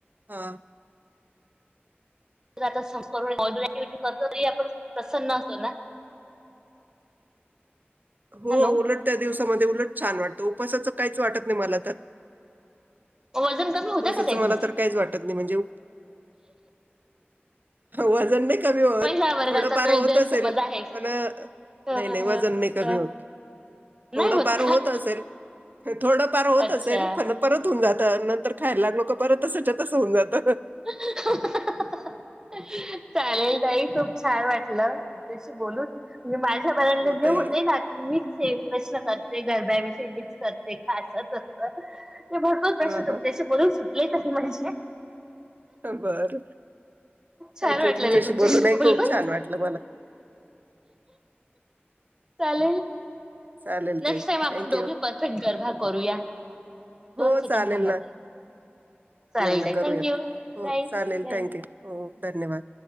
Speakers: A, on the right; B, on the right.
A: हा
B: आता री आपणप प्रसन्न असतो ना
A: हो
B: हॅलो
A: उलट त्या दिवस उलट छान वाटत उपासाचं काहीच वाटत नाही मला तर
B: वजन कमी
A: उपवासाचं
B: होतं का तही
A: मला
B: तुमचं
A: तर काहीच वाटत नाही म्हणजे उप- वजन नाही क होत
B: महिला वर्गाचा
A: थोड फार
B: तो एक
A: होत
B: गैरसमज
A: असेल
B: आहे.
A: पण नाही
B: अ
A: नाही वजन नाही कमी
B: अ
A: होत थोडफार
B: नाही का?
A: होत असेल थोडं फार होत
B: अच्छा
A: असेल पण परत होऊन जात नंतर ला लोक परत त्याच्यातच होऊ जात
B: चालेल तई खूप छान वाटते हला शी बोलून म्हणजे मा
A: हो
B: जे
A: ताई.
B: होते ना े प्रश्न करते गरब्याविषयी मीच करते का अस अस ते भरपूर
A: हां,
B: प्रश्न तुम बोलून सुटत ल क म्हणचे
A: बर थँक
B: छान वाटलं
A: यू तुमच्याशी
B: ताई
A: बोलूनही
B: बोलून.
A: खूप छान वाटलं मला
B: चालेल
A: चालेल ताई
B: नेक्स्ट टाईम आपणोघी
A: थँक्यू.
B: परफेक्ट गरभा करूया. दोन
A: हो
B: सेकंड
A: चालेल
B: थांबा
A: ना,
B: तई, चालेल
A: ना करूयात.
B: थक यू
A: हो
B: बाय
A: चालेल
B: बाय.
A: थँक्यू. हो धन्यवाद